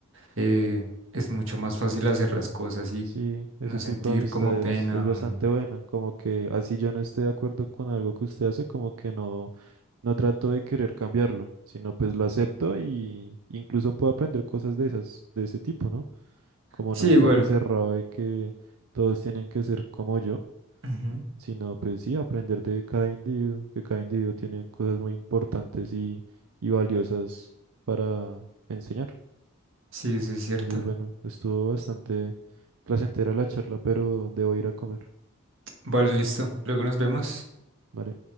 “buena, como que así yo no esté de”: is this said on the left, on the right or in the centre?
Right